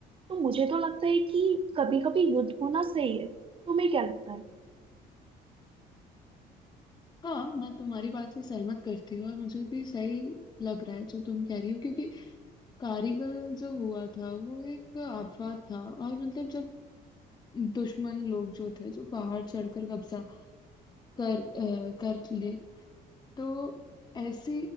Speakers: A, on the right; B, on the left.
A: तो मुझे तो लगता है कि कभी कभी युद्ध होना सही है तुम्हें क्या लगता है
B: हाँ मैं तुम्हारी बात से सहमत करती हूँ और मुझे भी सही लग रहा है जो तुम कह रही हो क्योंकि कारीगल जो हुआ था वो एक आफत था और मतलब जब दुश्मन लोग जो थे जो पहाड़ चढ़कर कब्जा कर अ, कर ले तो ऐसी